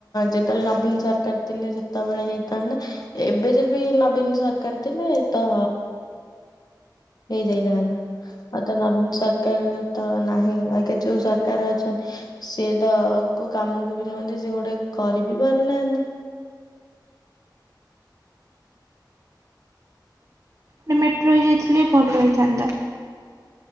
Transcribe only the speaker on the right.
ମାନେ ମେଟ୍ରୋ ହେଇ ଯାଇଥିଲେ ଭଲ ହେଇଥାନ୍ତା।